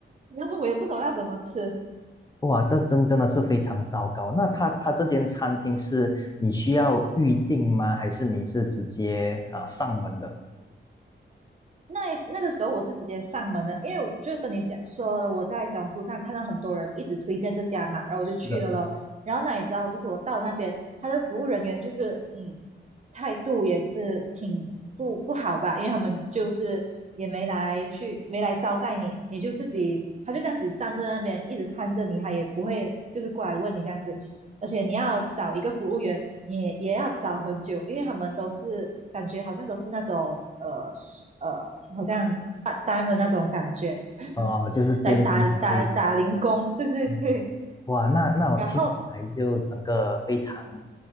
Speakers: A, on the right (about 35°); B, on the left (about 20°).
A: 然后我也不懂要怎么吃。
B: 哇，这真真的是非常糟糕。那他他这间餐厅是你需要预定吗？还是你是直接啊、上门的？
A: 那那个时候我是直接上门的，因为我就跟你想说了，我在小红书上看到很多人一直推荐这家嘛，然后我就去了咯。
B: 是的，是的。
A: 然后那你知道，就是我到那边，他的服务人员就是嗯，态度也是挺不不好吧，因为他们就是也没来去没来招待你，你就自己他就这样子站在那边一直看着你，他也不会就是过来问你这样子。而且你要找一个服务员，也也要找很久，因为他们都是感觉好像都是那种呃呃，好像 p a r 的那种感觉，
B: 呃，就是间天准备。
A: 来打打打零工，对对对，
B: 嗯，哇，那那我听起来就整个非常
A: 然后